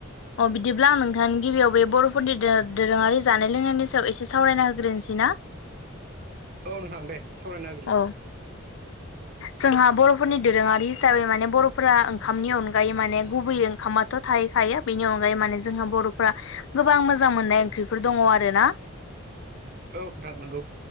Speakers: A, on the left; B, on the right.
A: अ बिदिब्ला आं नोंथांनि गिबियाव बे बर'फोरनि दोरो दोरोङारि जानाय लोंनायनि सायाव एसे सावरायना होग्रोनोसै। ना
B: औ नोंथां दे सावरायना होग्रो।
A: औ जोंहा बर'फोरनि दोरोङारि हिसाबै माने बर' फोरा ओंखामनि अनगायै माने गुबैयै ओंखामाथ' थाहैखायो। बेनि अनगायै माने जोंहा बर'फ्रा गोबां मोजां मोननाय ओंख्रिफोर दङ आरोना।
B: औ नोंथां नोंगौ।